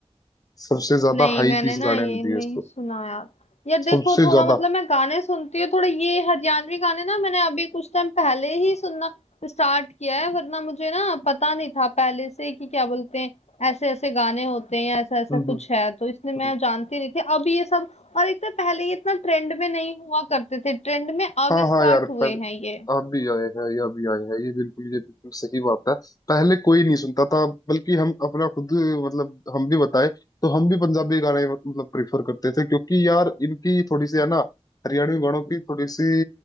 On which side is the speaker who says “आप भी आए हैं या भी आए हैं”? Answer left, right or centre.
Left